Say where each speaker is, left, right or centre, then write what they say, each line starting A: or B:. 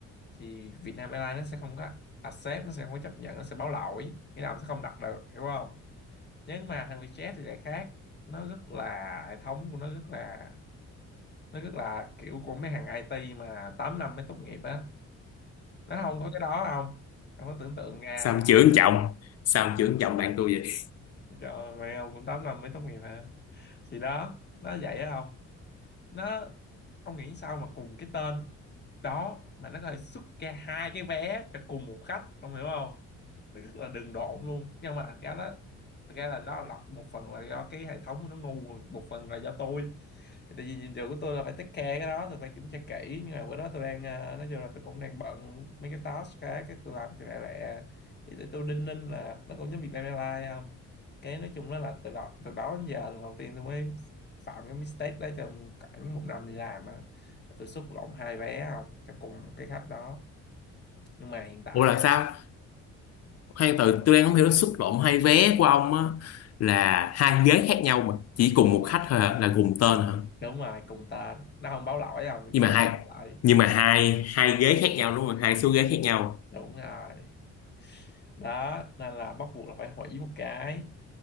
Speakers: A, on the left; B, on the left.
A: thì Vietnam Airlines nó sẽ không có accept nó sẽ không có chấp nhận nó sẽ báo lỗi nghĩa là ông sẽ không đặt được hiểu không nhưng mà thằng Vietjet thì lại khác nó rất là hệ thống của nó rất là nó rất là kiểu của mấy hàng IT mà 8 năm mới tốt nghiệp á nó không có cái đó không ông có tưởng tượng ra
B: Sao
A: là
B: ông chưởng chồng? Sao ông chưởng chồng bạn tôi vậy?
A: cho mẹ ông cũng tám năm mới tốt nghiệp hả thì đó nó vậy á không nó ông nghĩ sao mà cùng cái tên đó mà nó có thể xuất ra hai cái vé cho cùng một khách ông hiểu không nó rất là đừng độn luôn nhưng mà cái đó thật ra là nó là một phần là do cái hệ thống của nó ngu một phần là do tôi tại vì nhiệm vụ của tôi là phải take care cái đó tôi phải kiểm tra kỹ nhưng mà bữa đó tôi đang ờ, nói chung là tôi cũng đang bận mấy cái task cái cái tôi làm cho lẹ lẹ thì tôi tôi đinh ninh là nó cũng giống Vietnam Airlines không cái nói chung đó là từ đó từ đó đến giờ lần đầu tiên tôi mới phạm cái mistake đó trong khoảng một năm đi làm á tôi xuất lộn hai vé không cho cùng cái khách đó nhưng mà hiện tại
B: Ủa là
A: á
B: sao? Khoan từ tôi đang không hiểu xúc động hai vé của ông á là hai ghế khác nhau mà chỉ cùng một khách thôi hả? Là cùng tên hả?
A: đúng rồi cùng tên nó không báo lỗi không thì
B: Nhưng
A: chết
B: mà hai
A: nó báo lỗi
B: nhưng mà hai hai ghế khác nhau đúng không? Hai số ghế khác nhau.
A: đúng rồi đó nên là bắt buộc là phải hủy một cái